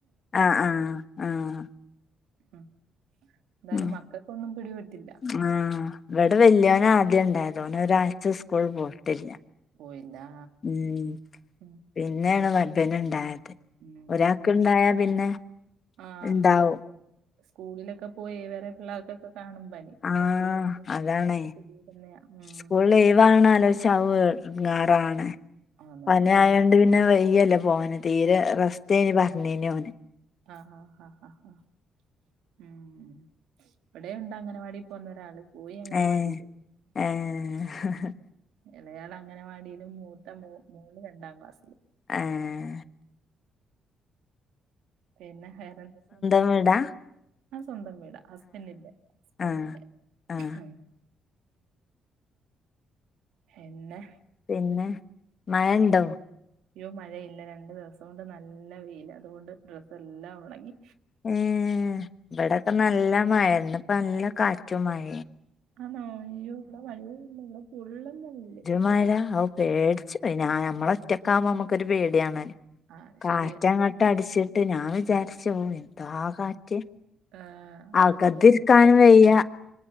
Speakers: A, on the left; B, on the right.
A: ആഹ ആഹ് ആഹ്
B: ഉ എന്തായാലും
A: ഉം
B: മക്കൾക്കൊന്നും പിടിപെട്ടില്ല
A: ആഹ് ഇവിടെ
B: ഉം
A: വല്യോന ആദ്യം ഉണ്ടായത് ഓന് ഒരാഴ്ച സ്കൂൾ പോയിട്ടില്ല.
B: പോയിതാ
A: ഉം
B: ഉ
A: പിന്നെയാണ് മറ്റൊന് ഉണ്ടായത്
B: ഉം
A: ഒരാക്ക്ണ്ടായ പിന്നെ
B: ആഹ്
A: ഉണ്ടാവും.
B: സ്കൂളിലൊക്കെ പോയി വേറെ പിള്ളേർക്കൊക്കെ കാണും പനി നമ്മള്
A: ആഹ
B: സ്കൂളിൽ ഇരിക്കുമ്പോ
A: അതാണ്
B: അങ്ങനൊക്കെ പിടിക്കുന്നയാ ഉം
A: സ്കൂൾ ലീവാണ് ആലോച ച എടാങ്ങാറാണ്
B: ആന്ന്
A: പനി
B: ഉം
A: ആയണ്ട് പിന്നെ വൈകി അല്ലെ പോവാണ് തീരെ റസ്റ്റെനി പറഞ്ഞീൻ ഓര്
B: ആഹ് ഹ ഹ ഹ ഉം ഇവിടെ ഉണ്ട് അംഗനവാടി പോന്ന ഒരാള് പോയി അംഗനവാടിയില്
A: ഏഹ് ഏഹ്
B: ഇലയാൾ അഗനവാടിയിലും മൂത്ത മോൻ രണ്ടാം ക്ലാസ്സില്
A: ആഹ്
B: പിന്നെ വേറെന്തൊക്കെയ
A: <unintelligible> ടാ
B: ആ സ്വന്തം വീടാ ഹസ്‌ബൻ്റിൻ്റെ ഹസ്‌ബൻ്റിൻ്റെ
A: ആഹ് ആഹ്
B: ഉം പിന്നെ
A: പിന്നെ മഴ ഉണ്ടോ?
B: അയ്യോ മഴയില്ല രണ്ടു ദിവസം കൊണ്ട് നല്ല വെയിൽ അതുകൊണ്ട് ഡ്രസ്സ് എല്ലാം ഉണങ്ങി.
A: ഏ ഇവിടെൊക്കെ നല്ല മഴ ഇന്ന്പ്പ നല്ല കാറ്റു മഴ
B: ആണോ അയ്യോ ഇവിടെ മഴഇല്ലല്ലോ ഇവിടെ പൊള്ളുന്ന വെയിൽ
A: മയ ആവു പേടിച്ച് നമ്മള് ഒറ്റകാവുമ്പോ നമുക്കൊരു പേടിയാണല്ലോ
B: ആ
A: കാട്ടങ്ങടിച്ചിട്ട്
B: ശരിയാ.
A: ഞാൻ വിചാരിച്ചു എന്തോ ആ കാറ്റ്
B: ആഹ്
A: അകതിരിക്കാനും വയ്യ